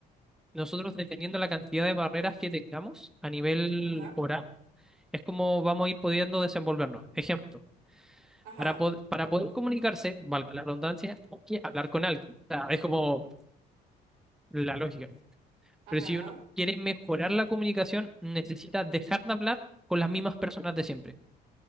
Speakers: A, in the centre; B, on the right.
A: nosotros, dependiendo de la cantidad de barreras que tengamos a nivel
B: Ajá,
A: oral, es como vamos a ir pudiendo desenvolvernos. Ejemplo,
B: ajá,
A: para, pod- para poder comunicarse, valga la redundancia, hay que hablar con alguien. O sea, es como la lógica.
B: ajá.
A: Pero si uno quiere mejorar la comunicación, necesita dejar de hablar con las mismas personas de siempre.